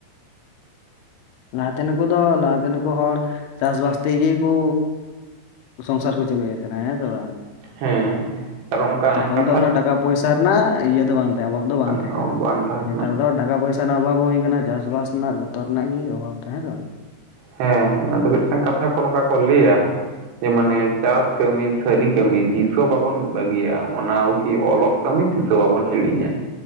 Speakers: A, on the left; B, on the right.
A: ᱞᱟᱦᱟᱛᱮ ᱱᱠᱩ ᱫᱚ ᱞᱟᱦᱟᱛᱮᱱ ᱠᱚ ᱦᱚᱲ ᱪᱟᱥᱵᱟᱥ ᱛᱮᱜᱮ ᱠᱩ ᱥᱚᱝᱥᱟᱨ ᱠᱚ ᱪᱟᱹᱞᱩᱭᱮᱫ ᱛᱟᱦᱮᱱᱟ ᱦᱮᱸ ᱥᱮ ᱵᱟᱝ
B: ᱦᱮᱸ ᱠᱟᱨᱚᱱ ᱚᱱᱠᱟ
A: ᱛᱚᱠᱷᱚᱱ
B: ᱠᱟᱛᱷᱟ
A: ᱫᱚ ᱩᱱᱟᱹᱜ ᱴᱟᱠᱟ ᱯᱚᱭᱥᱟ ᱨᱮᱱᱟᱜ ᱤᱭᱟᱹ ᱫᱚ ᱵᱟᱝ ᱚᱵᱷᱟᱵ ᱫᱚ ᱵᱟᱝ ᱛᱟᱦᱮᱸ
B: ᱚ
A: ᱠᱟᱱᱟ
B: ᱵᱟᱝ ᱛᱟᱦᱮᱸ
A: ᱱᱮᱛᱟᱨ
B: ᱠᱟᱱᱟ
A: ᱫᱚ ᱴᱟᱠᱟ ᱯᱚᱭᱥᱟ ᱨᱮᱱᱟᱜ ᱚᱵᱷᱟᱵᱽ ᱦᱚᱸ ᱦᱩᱭ ᱟᱠᱟᱱᱟ ᱪᱟᱥᱵᱟᱥ ᱨᱮᱱᱟᱜ ᱡᱚᱛᱚ ᱨᱮᱱᱟᱜ ᱜᱮ ᱚᱵᱷᱟᱵᱽ ᱫᱚ ᱦᱮᱸ ᱥᱮ ᱵᱟᱝ
B: ᱦᱮᱸ ᱦᱮᱸ ᱟᱫᱚ ᱢᱤᱫᱴᱟᱝ ᱠᱟᱛᱷᱟ ᱠᱚ ᱱᱚᱝᱠᱟ ᱠᱚ ᱞᱟᱹᱭᱟ ᱡᱮ ᱢᱟᱱᱮ ᱪᱟᱥ ᱠᱟᱹᱢᱤ ᱥᱟᱹᱨᱤ ᱠᱟᱹᱢᱤ ᱛᱤᱥ ᱦᱚᱸ ᱵᱟᱵᱚᱱ ᱵᱟᱹᱜᱤᱭᱟ ᱚᱱᱟ ᱩᱠᱤ ᱚᱞᱚᱜ ᱠᱟᱹᱢᱤ ᱛᱤᱥᱚ ᱵᱟᱵᱚᱱ ᱦᱤᱲᱤᱧᱟ